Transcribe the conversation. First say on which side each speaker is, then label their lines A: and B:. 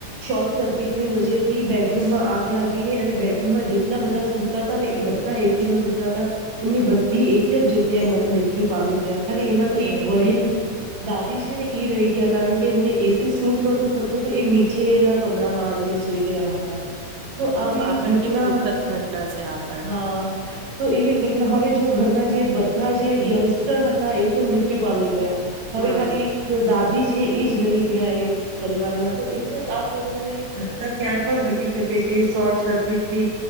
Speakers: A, on the right; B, on the right.
A: શોર્ટ સર્કિટ ની વજે થી બેડરૂમમા આગ લાગીને અને બેડરૂમમા જેટલા બધા સુતા હતા ને એ બધા એસીમા સુતા હતા એમની બધી એક જ જગ્યાએ મૃત્યુ પામી ગયા ખાલી એમાથી
B: અરે
A: એક વડીલ દાદી છે ને ઈ રહી ગયા કારણ કે એમને એસી સૂટ નહોતુ થતુ તો એ નીચે એના કમરામા આવીને સુ સુઈ ગયા હતા તો
B: અરે
A: આવી
B: જો આપણ
A: ઘટના
B: કેવી દુઃખદ ઘટના છે આપણ
A: હા તો એવી ઘટના હવે જો ઘરના જે બધા જે યંગસ્ટર હતા એ તો મૃત્યુ પામી ગયા હવે
B: હમ
A: ખાલી એક દાદી છે એ જ રહી ગયા એ પરિવારના તો એ પણ આ પ્રમાણે એક ઘટના ક્યાં પણ ઘટી શકે શકે છે શોર્ટ સર્કિટ થી